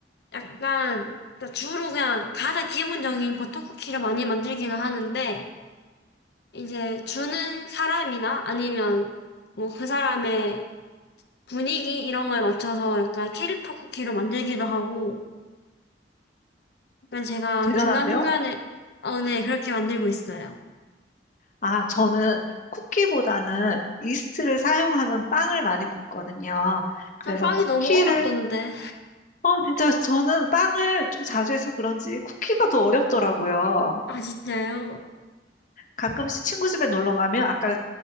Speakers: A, on the left; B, on the left.
A: 약간 그러니까 주로 그냥 가장 기본적인 버터쿠키를 많이 만들기는 하는데 이제 주는 사람이나 아니면 뭐 그 사람의 분위기 이런 거에 맞춰서 약간 캐릭터 쿠키를 만들기도 하고 약간 제가
B: 대단한데요?
A: 중간중간에 어, 네 그렇게 만들고 있어요.
B: 아, 저는 쿠키보다는 이스트를 사용하는 빵을 많이 굽거든요. 그래서
A: 전 빵이
B: 쿠키를,
A: 너무 어렵던데.
B: 어, 진짜 저는 빵을 좀 자주 해서 그런지 쿠키가 더 어렵더라고요.
A: 아 진짜요?
B: 가끔씩 친구 집에 놀러 가면 아까